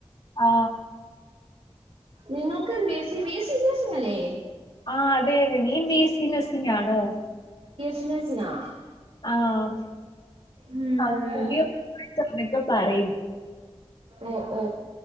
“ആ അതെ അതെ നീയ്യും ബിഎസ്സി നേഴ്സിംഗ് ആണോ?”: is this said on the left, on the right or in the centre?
Left